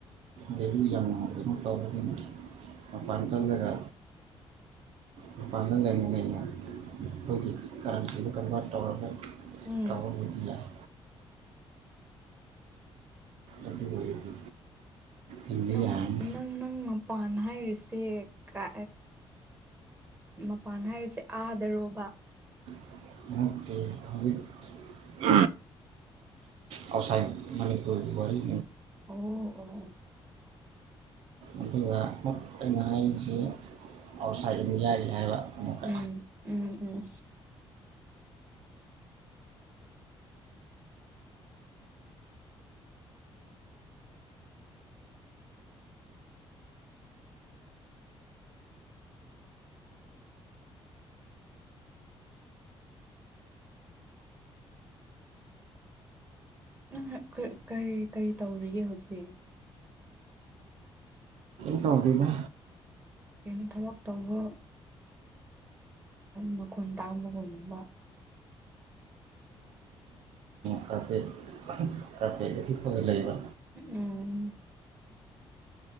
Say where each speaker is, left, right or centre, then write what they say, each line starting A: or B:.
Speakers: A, on the right; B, on the right.
A: ꯚꯦꯂꯨ ꯌꯥꯝꯅ ꯀꯩꯅꯣ ꯇꯧꯔꯅꯤꯅ ꯃꯄꯥꯟ ꯆꯠꯂꯒ ꯃꯄꯥꯟꯗ ꯂꯩꯅ ꯂꯩꯅ ꯑꯩꯈꯣꯏꯒꯤ ꯀꯔꯦꯟꯁꯤꯗꯨ ꯀꯟꯚꯥꯔꯠ ꯇꯧꯔꯒ
B: ꯎꯝ
A: ꯇꯧꯔꯕꯨꯗꯤ ꯌꯥꯏ ꯑꯗꯨ ꯑꯣꯏꯔꯗꯤ ꯍꯤꯡꯕ
B: ꯅꯪ
A: ꯌꯥꯔꯅꯤ
B: ꯅꯪ ꯅꯪ ꯃꯄꯥꯟ ꯅꯥꯏ ꯔꯤꯁꯤ ꯀ ꯃꯄꯥꯟ ꯍꯥꯏꯔꯤꯁꯦ ꯑꯥꯗꯔꯣꯕ
A: <unintelligible> ꯑꯥꯎꯁꯥꯏ ꯃꯅꯤꯄꯨꯔꯒꯤ ꯋꯥꯔꯤꯔꯤ
B: ꯑꯣ ꯑꯣ
A: ꯑꯗꯨꯒ ꯑꯃꯨ ꯑꯩꯅ ꯍꯥꯏꯔꯤꯁꯤ ꯑꯥꯎꯠꯁꯥꯏꯠ ꯏꯟꯗꯤꯌꯥꯒꯤ ꯍꯥꯏꯕ ꯑꯃꯨꯛꯀ
B: ꯎꯝ ꯎꯝ ꯎꯝ ꯅꯪ ꯀꯔꯤ ꯀꯔꯤ ꯇꯧꯔꯤꯒꯦ ꯍꯧꯖꯤꯛ
A: ꯆꯧꯗꯅ
B: ꯀꯩꯅꯣ ꯊꯕꯛ ꯇꯧꯕ ꯃꯈꯣꯟ ꯇꯥꯕꯒꯨꯝꯒꯨꯝꯕ
A: ꯀꯔꯄꯦꯠ ꯀꯄꯦꯠ ꯐ ꯂ ꯂꯩꯕ
B: ꯎꯝ